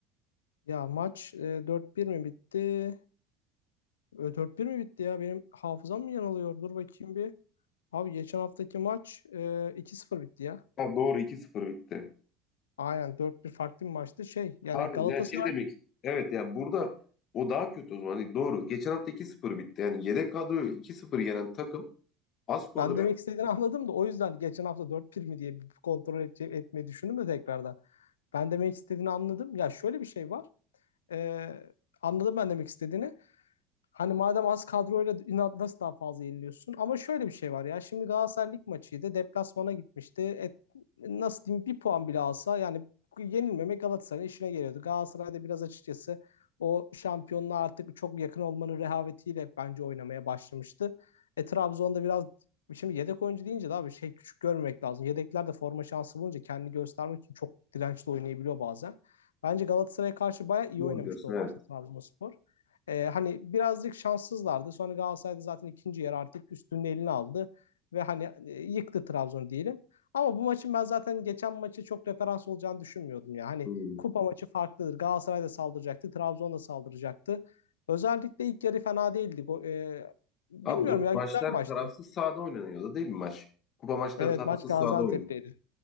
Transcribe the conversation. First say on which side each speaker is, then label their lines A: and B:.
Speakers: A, on the left; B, on the left.
A: Ya maç e, 4-1 mi bitti? E, 4-1 mi bitti ya? Benim hafızam mı yanılıyor? Dur bakayım bir. Abi geçen haftaki maç e, 2-0 bitti ya.
B: Ha, doğru iki sıfır bitti.
A: Aynen dört bir farklı bir maçtı. Şey yani
B: Pardon
A: Galatasaray
B: yani şey demek istedim. Evet yani burada o daha kötü o zaman. Hani doğru. Geçen hafta iki sıfır bitti. Yani yedek kadroyu 2 sıfır yenen takım az kadro
A: Ben demek istediğini anladım da o yüzden geçen hafta 4 pir mi diye bir kontrol edece- etmeyi düşündüm de tekrardan. Ben demek istediğini anladım. Ya şöyle bir şey var. Ee, anladım ben demek istediğini. Hani madem az kadroyla inat nasıl daha fazla yeniliyorsun? Ama şöyle bir şey var ya. Şimdi Galatasaray lig maçıydı. Deplasmana gitmişti. Et, nasıl diyeyim bir puan bile alsa yani yenilmemek Galatasaray'ın işine geliyordu. Galatasaray'da biraz açıkçası o şampiyonluğa artık çok yakın olmanın rehavetiyle bence oynamaya başlamıştı. E Trabzon'da biraz şimdi yedek oyuncu deyince de abi şey küçük görmemek lazım. Yedekler de forma şansı bulunca kendini göstermek için çok dirençli oynayabiliyor bazen. Bence Galatasaray'a karşı bayağı iyi
B: doğru
A: oynamıştı
B: diyorsun
A: o
B: evet.
A: maçta Trabzonspor. Ee, hani birazcık şanssızlardı. Sonra Galatasaray'da zaten ikinci yer artık üstünün elini aldı ve hani e, yıktı Trabzon'u diyelim. Ama bu maçın ben zaten geçen maçı çok referans olacağını düşünmüyordum ya. Hani
B: Hmm.
A: kupa maçı farklıdır. Galatasaray da saldıracaktı, Trabzon da saldıracaktı. Özellikle ilk yarı fena değildi. Go- e, bilmiyorum
B: Ha, doğru.
A: ya
B: Maçlar
A: güzel maçtı.
B: tarafsız sahada oynanıyordu değil mi maç? Kupa maçları
A: Evet
B: tarafsız
A: maç Gaziantep'teydi.
B: sahada oynanıyor.